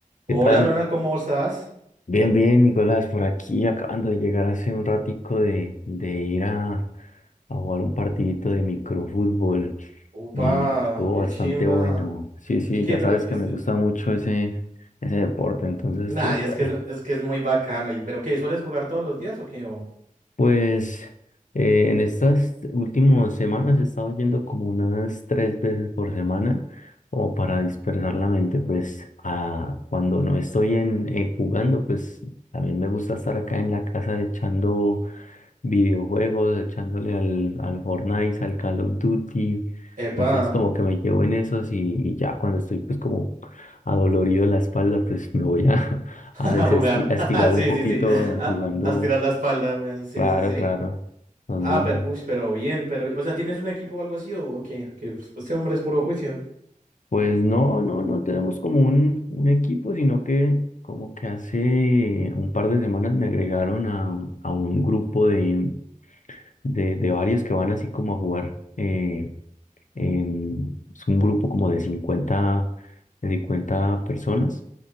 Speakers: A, on the left; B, on the right.
A: ¿Qué
B: Hola
A: tal?
B: Ronald, ¿cómo estás?
A: Bien, bien, Nicolás, por aquí acabando de llegar hace un ratico de, de ir a, a jugar un partidito de microfútbol.
B: Upa,
A: Mm, estuvo
B: qué
A: bastante
B: chimba.
A: bueno. Sí, sí,
B: ¿Y qué?
A: ya
B: Pero
A: sabes
B: es-
A: que me gusta mucho ese, ese deporte, entonces
B: nah,
A: estuve por
B: y es que
A: ahí.
B: es, es que es muy bacano. ¿Y pero qué? ¿Sueles jugar todos los días o qué? O-
A: Pues eh, en estas últimas semanas he estado yendo como unas tres veces por semana, o para dispersar la mente, pues a, cuando no estoy en, eh, jugando, pues también me gusta estar acá en la casa echando videojuegos, echándole al, al Fortnite, al Call of Duty.
B: Epa,
A: Entonces como que me llevo en esos y, y ya cuando estoy pues como adolorido de la espalda, pues me voy a, <laughs>
B: <laughs>
A: a desesti-
B: a jugar.
A: a estirar
B: <laughs> Sí,
A: un poquito
B: sí, sí. A,
A: eh, jugando
B: a estirar la espalda, weón. Sí,
A: Claro,
B: sí, sí.
A: claro. Entonces,
B: Ah, pero, uy, pero bien, pero, o sea, ¿tienes un equipo o algo así o qué? Que pues, este hombre es puro juicio.
A: pues no, no, no tenemos como un, un equipo, sino que como que hace un par de semanas me agregaron a, a un grupo de, de, de varios que van así como a jugar. eh, en- es un grupo como de 50 de 50 personas.